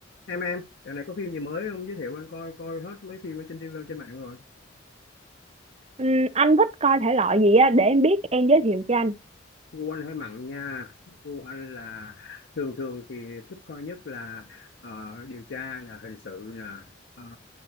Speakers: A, on the left; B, on the right.
A: Em em, giờ này có phim gì mới không giới thiệu anh coi coi hết mấy phim ở trên TV trên mạng rồi.
B: Ừm, anh thích coi thể loại gì á để em biết em giới thiệu cho anh.
A: Gu anh hơi mặn nha. Gu anh là thường thường thì thích coi nhất là ờ, điều tra nè, hình sự nè, ờ,